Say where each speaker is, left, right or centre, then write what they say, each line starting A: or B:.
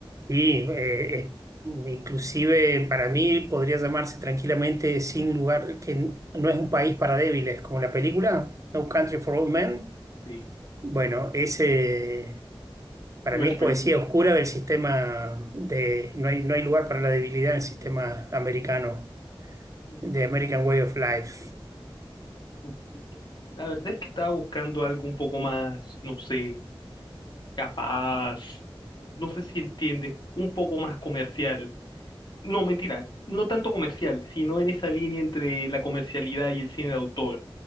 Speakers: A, on the right (about 35°); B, on the left (about 50°).
A: Y eh, eh, inclusive para mí podría llamarse tranquilamente sin lugar, que n- no es un país para débiles, como la película No Country for Old Men.
B: Sí,
A: Bueno, ese Para
B: no
A: mí
B: es
A: es
B: película.
A: poesía oscura del sistema de, no hay, no hay lugar para la debilidad en el sistema americano,
B: Uf,
A: de American Way of Life.
B: uf. La verdad es que estaba buscando algo un poco más, no sé, capaz, no sé si entiendes, un poco más comercial. No, mentira, no tanto comercial, sino en esa línea entre la comercialidad y el cine de autor.